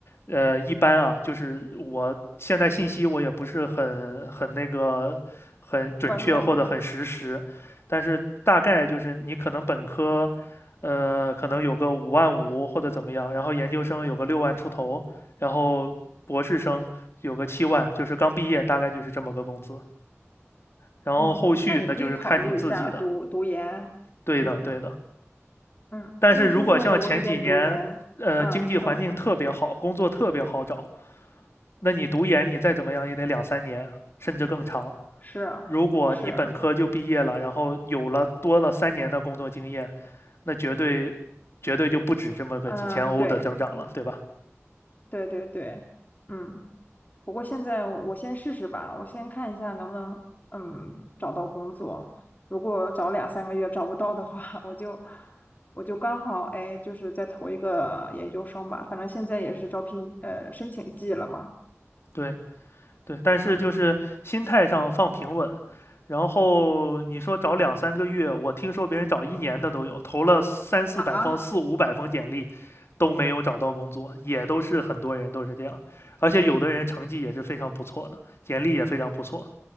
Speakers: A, on the left (about 55°); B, on the left (about 35°).
A: 呃，一般啊，就是我现在信息我也不是很很那个很准确或者很实时，
B: 官方。
A: 但是大概就是你可能本科，呃，可能有个五万五或者怎么样，然后研究生有个六万出头，然后博士生有个七万，就是刚毕业大概就是这么个工资，然后后续那就是看你自己的。
B: 嗯，那也可以考虑一下读读研。
A: 对的，
B: 嗯
A: 对的。
B: 嗯，
A: 但是如果像前几年，
B: 因为听说德国这边读研，
A: 呃，
B: 嗯，
A: 经济环境特别好，
B: 你说。
A: 工作特别好找，那你读研你再怎么样也得两三年，甚至更长。
B: 是啊是啊，
A: 如果你本科就毕业了，然后有了多了三年的工作经验，那绝对绝对就不止这么个几千欧的增长了，
B: 嗯，对
A: 对吧？
B: 对对对，嗯。不过现在我先试试吧，我先看一下能不能嗯找到工作。如果找两三个月找不到的话，<laughs> 我就我就刚好哎，就是再投一个研究生吧。反正现在也是招聘呃申请季了嘛。
A: 对，对，但是就是心态上放平稳，
B: 嗯
A: 然后你说找两三个月，我听说别人找一年的都有，投了三四百封、
B: 啊，
A: 四五百封简历，都没有找到工作，也都是很多人都是这样，而且有的人成绩也是非常不错的，简历也非常不错，